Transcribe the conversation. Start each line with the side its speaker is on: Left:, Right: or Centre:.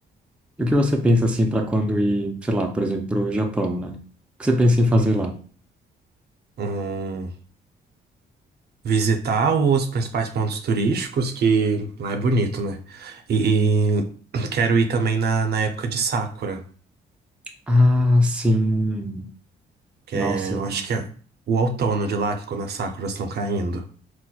Centre: E o que você pensa assim para quando ir, sei lá, por exemplo, para o Japão, né? O que você pensa em fazer
Right: Uhum.
Centre: lá?
Right: Hum, visitar os principais pontos turísticos, que lá é bonito, né? E quero ir também na, na época de Sakura.
Centre: Ah, sim.
Right: Que
Centre: Nossa,
Right: é, eu acho que é o outono de lá, que é quando as sakuras estão caindo.